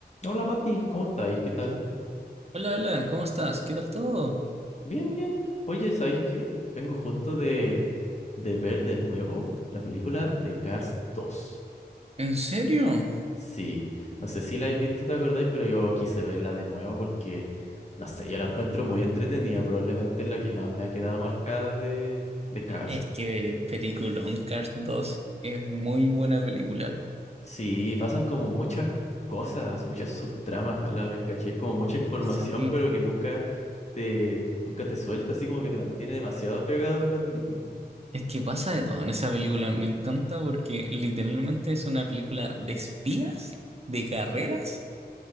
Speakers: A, on the left; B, on the right.
A: Hola Mati, ¿cómo estáis? ¿Qué tal?
B: Hola, hola, ¿cómo estás? ¿Qué tal todo?
A: Bien, bien. Oye, ¿sabéis qué? Vengo justo de, de ver de nuevo la película de Cars dos.
B: ¿En serio?
A: Sí, no sé si la habéis visto, ¿te acordáis? Pero yo quise verla de nuevo porque, no sé, yo la encuentro muy entretenida. Probablemente es la que más me ha quedado marcada de, de Cars.
B: Es que peliculón Cars dos es muy buena película.
A: Sí, pasan como muchas cosas, muchas subtramas a la vez, caché Como mucha información,
B: Sí.
A: pero que nunca te, nunca te suelta, así como que te mantiene demasiado pegado en la película.
B: Es que pasa de todo en esa película. Me encanta porque literalmente es una película de espías, de carreras,